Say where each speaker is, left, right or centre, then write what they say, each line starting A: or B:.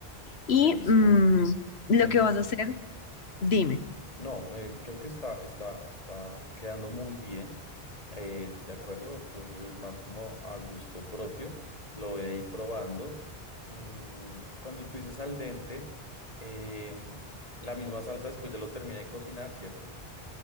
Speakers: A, on the left (about 85°); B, on the left (about 35°).
A: Y
B: buenísimo.
A: mm, lo
B: Buenísimo.
A: que vas a hacer, dime.
B: No, eh, creo que está, está, está quedando muy bien, eh, de acuerdo, entonces es más como a gusto propio, lo voy a ir probando. Mm, cuando tú dices al dente, em, la misma salsa después ya lo terminé de cocinar, ¿cierto?